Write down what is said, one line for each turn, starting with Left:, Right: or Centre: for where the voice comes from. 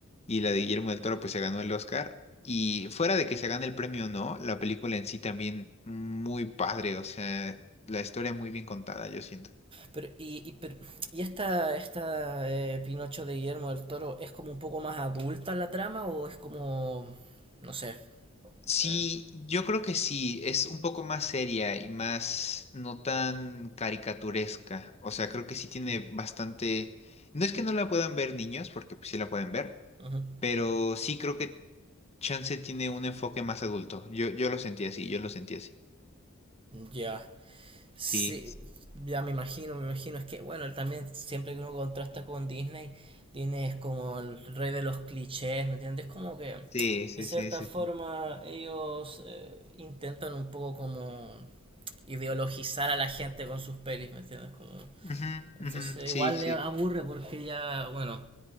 Left: y la de Guillermo del Toro, pues, se ganó el Oscar. Y fuera de que se gane el premio o no, la película en sí también muy padre, o sea, la historia muy bien contada, yo siento.
Right: Pero, y, y, pero- y esta, esta eh, Pinocho de Guillermo del Toro es como un poco más adulta la trama o es como, no sé.
Left: Sí,
Right: eh,
Left: yo creo que sí, es un poco más seria y más no tan caricaturesca. O sea, creo que sí tiene bastante... No es que no la puedan ver niños, porque pues, sí la pueden ver,
Right: ujú.
Left: pero sí creo que Chance tiene un enfoque más adulto. Yo, yo lo sentí así, yo lo sentí así.
Right: Ya, sí,
Left: Sí,
Right: ya me imagino, me imagino. Es que, bueno, también siempre que uno contrasta con Disney, Disney es como el rey de los clichés, ¿me entiendes? Como que,
Left: sí, sí,
Right: de cierta
Left: sí, sí.
Right: forma,
Left: Sí,
Right: ellos eh, intentan un poco como ideologizar a la gente con sus pelis, ¿me entiendes? Como...
Left: Ujú,
Right: Entonces
Left: ujú, sí,
Right: igual
Left: sí.
Right: le aburre porque ya, bueno,